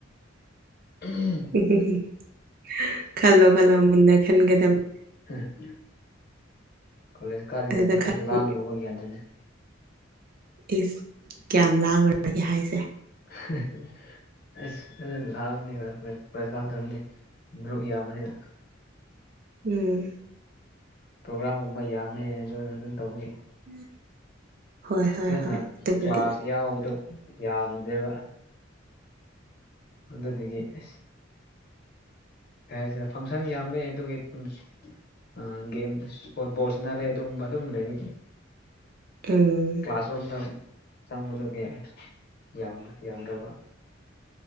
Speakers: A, on the left (about 50°); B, on the right (about 45°).
A: ꯎꯝ
B: <unintelligible> ꯈꯜꯂꯣ ꯈꯜꯂꯣ ꯃꯨꯟꯅ ꯈꯟꯒꯗꯕꯅꯤ
A: ꯍꯦ ꯍꯦꯛ ꯀꯣꯂꯦꯖ ꯀꯥꯗ꯭ꯔꯤꯉꯩꯗ
B: ꯑꯗꯨꯗ
A: ꯈꯔ
B: ꯈꯜꯂꯣ
A: ꯂꯥꯡꯂꯨꯕ ꯒ꯭ꯌꯥꯟ ꯇꯥꯗꯦ
B: ꯏꯁ ꯀꯌꯥꯝ ꯂꯥꯡꯉꯨꯔꯒꯦ ꯍꯥꯏꯁꯦ
A: <unintelligible> ꯑꯁ ꯈꯔ ꯂꯥꯡꯕꯅꯦꯕ ꯑꯈꯣꯏ ꯀꯣꯂꯦꯁ ꯀꯥ ꯇꯝꯗꯤ ꯃꯔꯨꯞ ꯌꯥꯕꯅꯤꯅ
B: ꯎꯝ
A: ꯄ꯭ꯔꯣꯒ꯭ꯔꯥꯝꯒꯨꯝꯕ ꯌꯥꯝꯃꯦ ꯑꯗꯨꯅ ꯑꯗꯨꯝ ꯇꯧꯕꯒꯤ
B: <inaudible> ꯍꯣꯏ ꯍꯣꯏ
A: ꯐꯖꯅ
B: ꯍꯣꯏ ꯑꯗꯨꯕꯨꯗꯤ
A: ꯀ꯭ꯂꯥꯁ ꯌꯥꯎꯕꯗꯨ ꯌꯥꯝꯗ꯭ꯔꯦꯕ ꯑꯗꯨꯗꯨꯒꯤ ꯑꯩꯁ ꯀꯩ ꯍꯥꯏꯁꯤꯔ ꯐꯪꯁꯟ ꯌꯥꯝꯃꯦ ꯑꯗꯨꯒꯤ ꯑꯗꯨꯝ ꯁꯨꯝ ꯑ ꯒꯦꯝ ꯏꯁ꯭ꯄꯣꯠ ꯕꯣꯜ ꯁꯥꯟꯅꯔꯦ ꯑꯗꯨꯝ ꯑꯗꯨꯝ ꯂꯩꯕꯒꯤ
B: ꯎꯝ
A: ꯀ꯭ꯂꯥꯁꯔꯨꯝꯗ ꯆꯪꯕꯗꯨꯒꯤ ꯌꯥꯝ ꯌꯥꯝꯗꯕ